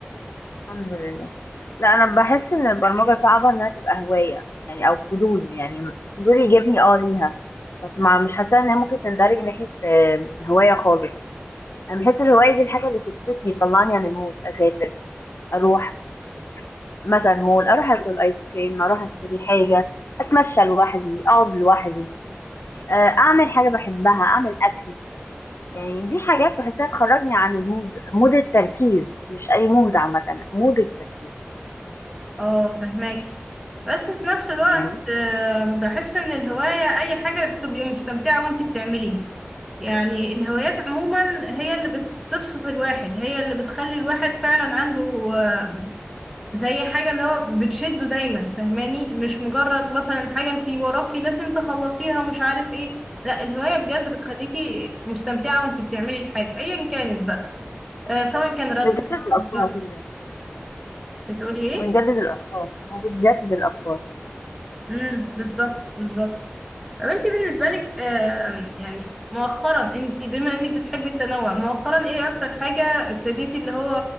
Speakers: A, on the left; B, in the centre.
A: الحمد لله لا أنا بحس إن البرمجة صعبة إنها تبقى هواية يعني أو فضول يعني فضول يجيبني اه ليها بس ما مش حاسة إنها ممكن تندرج ناحية آه، هواية خالص انا بحس الهوايه دي الحاجه اللي بتبسطني تطلعني عن المود اسافر اروح مثلا مول اروح اكل ايس كريم اروح اشتري حاجه اتمشى لوحدي اقعد لوحدي آه، اعمل حاجه بحبها اعمل اكل يعني دي حاجات بحسها تخرجني عن المود مود التركيز مش اي مود عامه مود التركيز
B: اه فهماكي بس في نفس الوقت
A: تمام
B: آه، بحس ان الهواية اي حاجة بتبقي مستمتعة وانت بتعمليها يعني الهوايات عموما هي اللي بتبسط الواحد هي اللي بتخلي الواحد فعلا عنده آه، زي حاجة اللي هو بتشده دايما فهماني مش مجرد مثلا حاجة انت وراكي لازم تخلصيها ومش عارف ايه لا الهواية بجد بتخليكي مستمتعة وانت بتعملي الحاجة ايا كانت بقى آه، سواء كان رسم
A: بنجدد الافكار
B: سواء-
A: كده يعني،
B: بتقولي ايه
A: وبنجدد الافكار وبتجدد الافكار
B: امم بالظبط بالظبط طب انت بالنسبة لك آم، يعني مؤخرا انت بما انك بتحبي التنوع مؤخرا ايه اكتر حاجة ابتديتي اللي هو